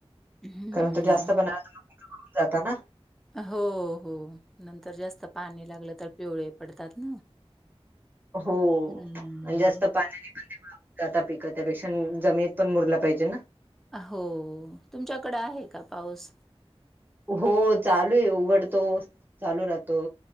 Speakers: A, in the centre; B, on the right.
A: हम्म.
B: कारण तो जास्त आला तर... <unintelligible> जातं ना?
A: हो... हो... नंतर जास्त पाणी लागलं तर... पिवळे पडतात ना
B: हो..
A: हम्म.
B: अन जास्त पाण्याने पण पिवळं जाता पिकं... त्यापेक्षा... जमिनीत पण मुरलं पाहिजे ना
A: हो... तुमच्याकडे... आहे का पाऊस?
B: हो... चालू आहे... उघडतो... चालू राहतो